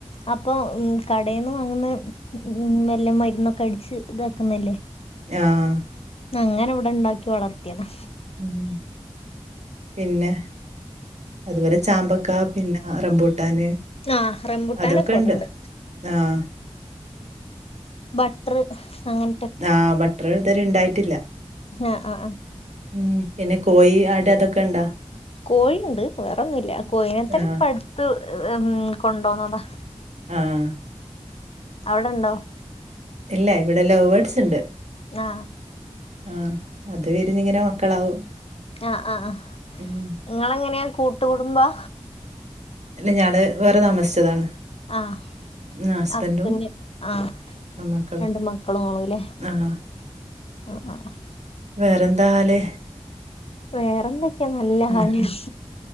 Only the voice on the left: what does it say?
അപ്പൊ ഉം കടെന്നു വാങ്ങുന്നത് വല്ല മരുന്നൊക്കെ അടിച്ച് ഇതാക്കുന്നല്ലേ?
ന്നങ്ങനെവിടണ്ടാക്കി വളർത്തിയതാ.
ആ റംബുട്ടാനൊക്കെ
ഇവിടെണ്ട്
ബട്ടറ് അങ്ങൻത്തൊ
ആഹ് ആഹ് ആഹ്
കോഴിണ്ട് വേറൊന്നുല്ല. കോഴിനെ തന്നെ
ഇപ്പട്ത്ത് ഉം കൊണ്ടോന്നതാ.
അവിടെണ്ടോ?
ആഹ്.
ആഹ് ആഹ് ആഹ്.
ഇങ്ങളെങ്ങനെയാ കൂട്ടുകുടുംമ്പാ?
ആഹ്
ഹസ്ബെൻഡ് ആഹ്
രണ്ട് മക്കളും ഇങ്ളുല്ലേ
ആഹ് ആഹ്.
വേറെന്തൊക്കെയാ നല്ല
കാര്യം